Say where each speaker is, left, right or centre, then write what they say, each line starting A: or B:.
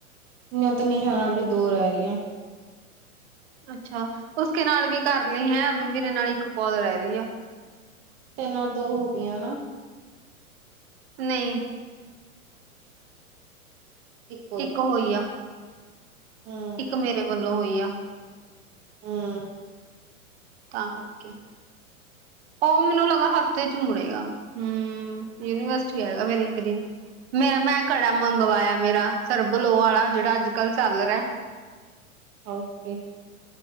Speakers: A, on the right (about 30°); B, on the right (about 45°).
A: ਨੀ ਓਤ ਨਹੀਂ ਜਾਣਾ ਅਬੀ ਦੋ‌ ਰਹਿ ਰਹੀਆਂ।
B: ਅੱਛਾ ਉਸਕੇ ਨਾਲ ਵੀ ਕਰ ਲਈ ਹੈ ਵੀ ਵੀੇਰੇ ਨਾਲ ਇੱਕ ਕੌਲ ਰਹਿ ਰੀ ਆ।
A: ਪੈਲਾ ਦੋ ਹੋ ਗਿਆਂ ਨਾ।
B: ਨਈ।
A: ਇੱਕ
B: ਇੱਕ ਹੋਈ ਆ।
A: ਹੂੰ।
B: ਇੱਕ ਮੇਰੇ ਵੱਲੋਂ ਹੋਈ ਆ।
A: ਹੂੰ।
B: ਤਾਂ ਕਰਕੇ ਓ ਮੈਨੂੰ ਲੱਗਾ ਹਫ਼ਤੇ ਚ ਮੁੜੇਗਾ ਹੂੰ ਯੂਨੀਵਰਸਿਟੀ ਆਏਗਾ ਫੇਰ ਇੱਕ ਦਿਨ। ਮੇਰਾ ਮੈਂ ਕੜਾ ਮੰਗਵਾਏਆ ਮੇਰਾ ਸਰਬਲੋ ਆਲਾ ਜੇੜਾ ਅੱਜ ਕੱਲ ਚੱਲ ਰਿਆ।
A: ਓਕੇ।